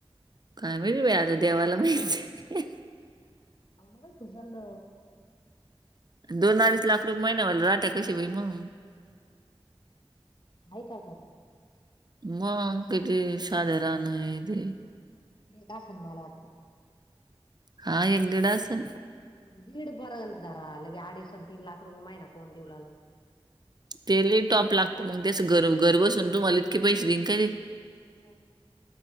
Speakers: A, on the right (about 45°); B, on the left (about 50°).
A: काय म्हहि आता देवाला माहिती
B: हो ना भाई खुश झा ना.
A: दोन अडीस लाख रुपये महिनावाला राहत्या कशी बाई मग
B: आहे का खरं.
A: मग किती
B: दीड
A: साध राण ते
B: का स मला वाटतं
A: हा एक दिड असन.
B: दीड बर्यंतरालंगे अडीस तीन लाख रुपये महिना कोण देऊला आल
A: ते लय टॉप लागत मग त्याच घर घर बसून तुम्हाला इतके पैसे देईन कायरे?
B: हो